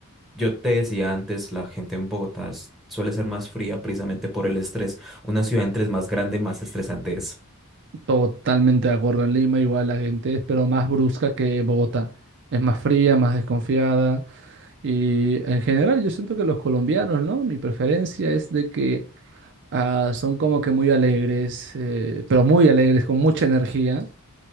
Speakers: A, in the centre; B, on the right.
A: yo te decía antes, la gente en Bogotá s- suele ser más fría precisamente por el estrés. Una ciudad entre es más grande, más estresante es.
B: totalmente de acuerdo. En Lima igual la gente es, pero más brusca que Bogotá. Es más fría, más desconfiada. Y en general yo siento que los colombianos, ¿no? Mi preferencia es de que ah, son como que muy alegres, eh, pero muy alegres, con mucha energía.